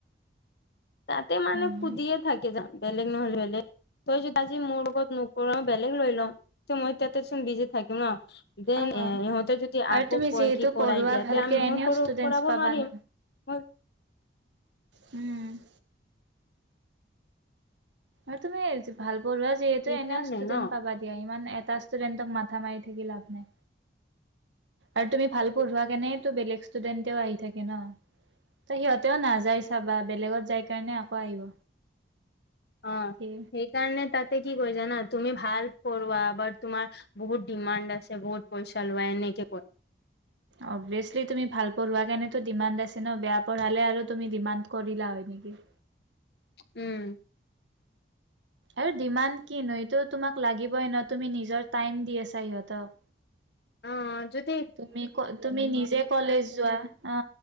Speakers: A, on the left (about 60°); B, on the right (about 80°).
A: তাতে মানে
B: উম
A: সুধিয়ে থাকে, যাম বেলেগ নহ'লে বেলেগ তই যদি আজি মোৰ লগত কৰোৱা বেলেগ লৈ লম। ত, মই তাতে চোন বিজি থাকিম ন! দেন
B: অ
A: এ ইহঁতে যদি
B: আৰু
A: আকৌ
B: তুমি
A: কয়
B: যিহেতু
A: -কি কৰাই
B: পঢ়োৱা
A: দিয়া
B: ভালকে
A: তে মই
B: এনেও ষ্টুডেন্টছ
A: কৰাব
B: পাবা
A: নোৱাৰিম।
B: ন
A: মই
B: উম! আৰু তুমি ভাল পঢ়োৱা যিহেতু
A: সেইকাৰণে
B: এনেও ষ্টুডেন্ট
A: ন
B: পাবা। এতিয়া ইমান এটা ষ্টুডেণ্টক মাথা মাৰি থাকি লাভ নাই। আৰু তুমি ভাল পঢ়ুৱা কেনেতো-বেলেগ ষ্টুডেণ্টৱেও আহি থাকে ন! ত সিহঁতেও নাযায় চাবা, বেলেগত যাই কাৰণে আকৌ আহিব।
A: অ
B: কি
A: সেই কাৰণে তাতে কি কই জানা তুমি ভাল পঢ়োৱা, বাট তোমাৰ বহুত ডিমাণ্ড আছে, বহুত পইচা লোৱা এনেকে কয়।
B: অভিয়াছলি তুমি ভাল পঢ়োৱাৰ কাৰণেতো ডিমাণ্ড আছে ন! বেয়া পঢ়ালে আৰু তুমি ডিমাণ্ড কৰিলা হয় নেকি।
A: উম!
B: আৰু ডিমাণ্ড কিনো! এইটো তোমাক লাগিবই ন তুমি নিজৰ টাইম দি আছা ইহঁতক।
A: অ যদ
B: তুমি, তুমি নিজে কলেজ যোৱা অ।